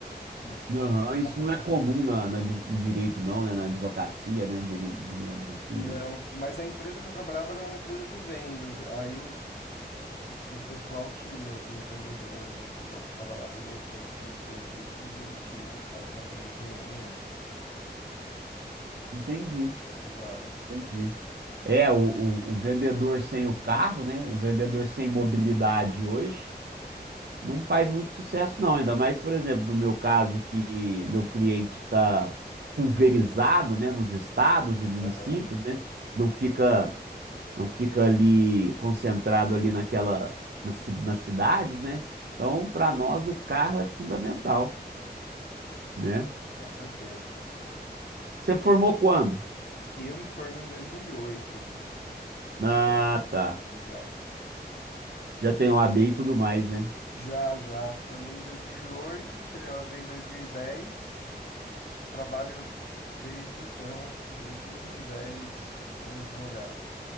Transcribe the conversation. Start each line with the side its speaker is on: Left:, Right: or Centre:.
Left: não
Right: Aham,
Left: ficava
Right: isso não
Left: tanto.
Right: é comum na, na di- no direito, não, né? Na advocacia, né? Diri- Digamos assim,
Left: Não,
Right: né?
Left: mas a empresa que eu trabalhava era uma empresa de vendas. Aí o, o pessoal tinha, os vendedores, o pessoal que ficava na rua oferecendo os produtos, eles tinham. Aí para atender cliente,
Right: Entendi,
Left: usavam.
Right: entendi. É, o, o, o vendedor sem o carro, né? O vendedor sem mobilidade hoje, não faz muito sucesso, não. Ainda mais, por exemplo, no meu caso, que meu cliente está pulverizado, né, nos estados e municípios,
Left: Aham.
Right: né? Não fica, não fica ali concentrado ali naquela, nas, ci- nas cidades, né? Então, para nós, o carro é fundamental, né?
Left: Com certeza.
Right: Você formou quando?
Left: E eu me formei em 2008,
Right: Ah, tá.
Left: eu já.
Right: Já tem OAB e tudo mais, né?
Left: Já, já, formei em 2008. tirei o AB em 2010. Trabalho desde então, desde 2010 como advogado.